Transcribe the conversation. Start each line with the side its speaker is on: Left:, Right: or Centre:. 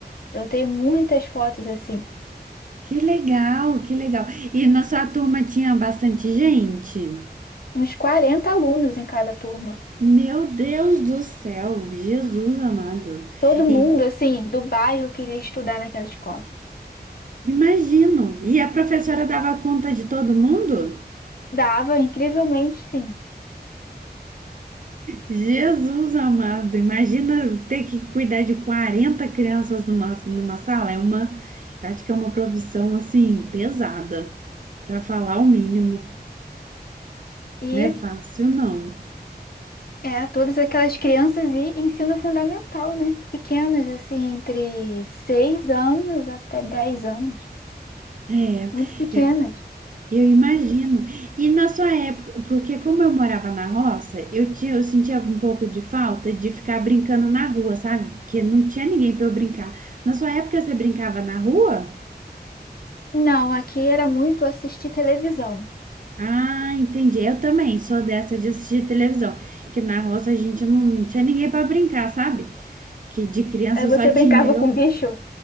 Left: Eu tenho muitas fotos assim,
Right: que legal, que legal. E na sua turma tinha bastante gente?
Left: uns quarenta alunos em cada turma.
Right: Meu Deus do céu, Jesus amado.
Left: Todo mundo,
Right: E
Left: assim, do bairro queria estudar naquela escola.
Right: imagino. E a professora dava conta de todo mundo?
Left: Dava, incrivelmente, sim.
Right: Jesus amado, imagina ter que cuidar de 40 crianças numa, numa sala. É uma, acho que é uma profissão assim pesada, para falar o mínimo.
Left: E
Right: Não é fácil, não.
Left: é, todas aquelas crianças e ensino fundamental, né? Pequenas, assim, entre 6 anos até 10 anos.
Right: É,
Left: Muito pequenas.
Right: é, eu imagino. E na sua época, porque como eu morava na roça, eu tinha, eu sentia um pouco de falta de ficar brincando na rua, sabe? Porque não tinha ninguém para eu brincar. Na sua época você brincava na rua?
Left: Não, aqui era muito assistir televisão.
Right: Ah, entendi. Eu também sou dessa de assistir televisão. Que na roça a gente não tinha ninguém para brincar, sabe? Que de criança
Left: Aí você
Right: só tinha
Left: brincava
Right: eu.
Left: com o bicho